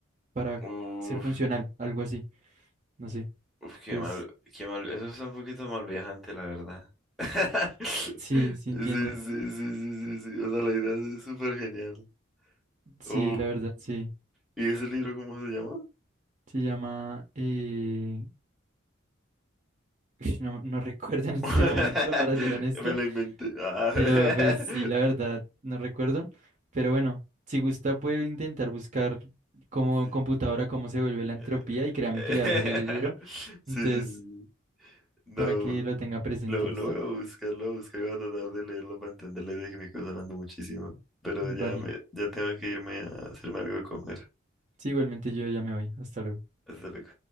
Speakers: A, on the right; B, in the centre.
A: para
B: Uf,
A: ser funcional, algo así, no sé.
B: Uf,
A: Entonces,
B: qué mal, qué mal. Eso es un poquito mal viajante, la verdad. <laughs>
A: sí, sí
B: Sí,
A: entiendo.
B: sí, sí, sí, sí, sí. O sea, la idea es súper genial.
A: Sí,
B: Uh,
A: la verdad, sí.
B: ¿y ese libro cómo se llama?
A: Se llama eh, Ush, No, no <laughs> recuerdo en este
B: <laughs>
A: momento, para ser honesto,
B: Me lo inventé. Ah.
A: pero
B: <laughs>
A: pues sí, la verdad, no recuerdo. Pero bueno, si gusta puede intentar buscar como
B: Sí.
A: computadora cómo se vuelve la entropía
B: eh,
A: y créame
B: eh.
A: que le va a salir el libro.
B: <laughs> Sí,
A: Entonces,
B: sí, sí. No,
A: para que lo tenga presente,
B: lo,
A: ¿listo?
B: lo voy a buscar, lo voy a buscar y voy a tratar de leerlo para entender la idea que me está sonando muchísimo. Pero
A: Vale.
B: ya, me, ya tengo que irme a hacerme algo de comer.
A: Sí, igualmente yo ya me voy. Hasta luego.
B: Hasta luego.